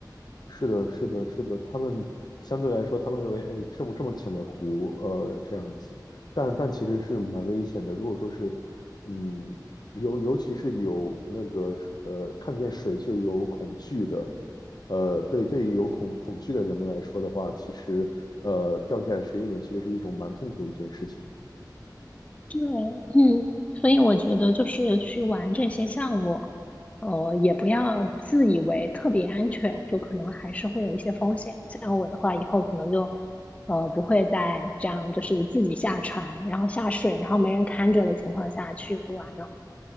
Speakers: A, on the left; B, on the left.
A: 是的，是的，是的，他们相对来说，他们认为，哎，这么这么浅的湖，呃，这样子，但但其实是蛮危险的。如果说是，嗯，尤尤其是有那个，呃，看见水就有恐惧的，呃，对对，有恐恐惧的人们来说的话，其实，呃，掉下水里面其实是一种蛮痛苦的一件事情。
B: 对，嗯，所以我觉得就是去玩这些项目，呃，也不要自以为特别安全，就可能还是会有一些风险。像我的话，以后可能就，呃，不会再这样，就是自己下船，然后下水，然后没人看着的情况下去玩了。